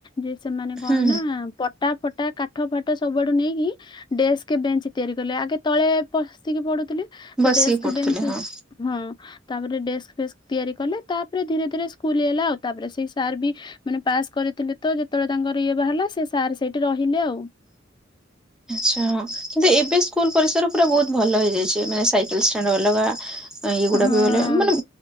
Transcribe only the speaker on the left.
ଯେ ସେମାନେ କଣ
ନା ପ ପଟା-ଫଟା, କାଠ-ଫାଟ ସବୁଆଡୁ ନେଇକି ଡେସ୍କ, ବେଞ୍ଚ ତିଆରି କଲେ। ଆଗେ ତଳେ ବସିକି ପଢୁଥିଲେ। ତ
ଡେସ୍କ
ବେଞ୍ଚ
ହଁ। ତାପରେ ଡେସ୍କ-ଫେସ୍କ ତିଆରି କଲେ ତାପରେ ଧୀରେ ଧୀରେ ସ୍କୁଲ ହେଲା ଆଉ। ତାପରେ ସେଇ ସାର୍ ବି ମାନେ ପାସ୍ କରିଥିଲେ ତ ଯେତେବେଳେ ତାଙ୍କର ଇଏ ବାହାରିଲା ସେ ସାର୍ ସେଇଠି ରହିଲେ ଆଉ।
ହଁ